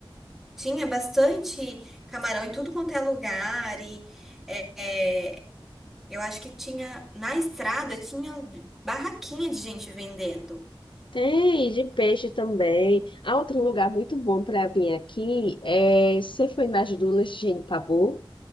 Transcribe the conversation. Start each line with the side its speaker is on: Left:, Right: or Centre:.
Centre: tinha bastante camarão em tudo quanto é lugar. E é, eu acho que tinha, na estrada, tinha barraquinha de gente vendendo.
Left: Tem de peixe também. Há outro lugar muito bom para vir aqui é você foi nas dunas de Pabu,